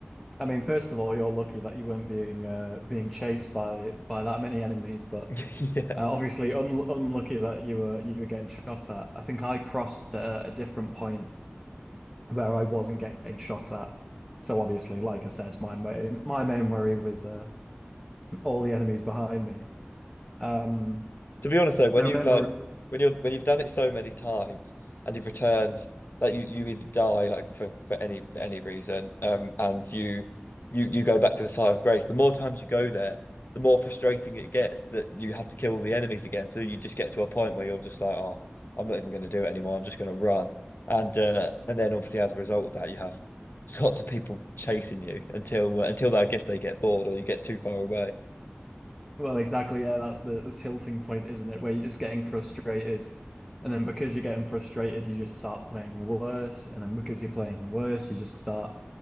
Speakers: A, in the centre; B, on the left (about 55°).
A: I mean, first of all, you're lucky that you weren't being uh, being chased by by that many enemies, but
B: <laughs> Yeah.
A: uh, obviously un unlucky that you were you were getting shot at. I think I crossed a, a different point where I wasn't getting shot at. So obviously, like I said, my main my main worry was uh, <clears throat> all the enemies behind me. Um,
B: To be honest though, when
A: I remember
B: you've like when you're when you've done it so many times and you've returned, like you, you either die like for, for any any reason, um, and you you you go back to the site of grace. The more times you go there, the more frustrating it gets that you have to kill the enemies again. So you just get to a point where you're just like, oh, I'm not even going to do it anymore. I'm just going to run, and uh, and then obviously as a result of that, you have lots of people chasing you until uh, until I guess they get bored or you get too far away,
A: well exactly, yeah, that's the the tilting point, isn't it? Where you're just getting frustrated. And then because you're getting frustrated, you just start playing worse. And then because you're playing worse, you just start